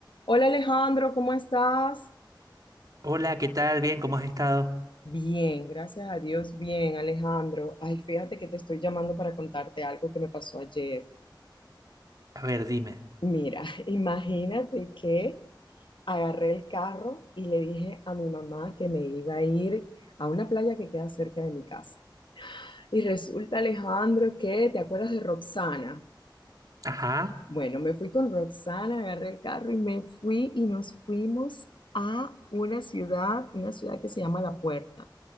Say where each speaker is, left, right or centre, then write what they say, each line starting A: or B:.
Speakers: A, on the left; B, on the right.
A: Hola Alejandro, ¿cómo estás?
B: Hola, ¿qué tal? Bien, ¿cómo has estado?
A: Bien, gracias a Dios, bien Alejandro. Ay, fíjate que te estoy llamando para contarte algo que me pasó ayer.
B: A ver, dime.
A: Mira, <laughs> imagínate que agarré el carro y le dije a mi mamá que me iba a ir a una playa que queda cerca de mi casa. Y resulta Alejandro que, ¿te acuerdas de Roxana?
B: Ajá,
A: Bueno, me fui con Roxana, agarré el carro y me fui y nos fuimos a una ciudad, una ciudad que se llama La Puerta.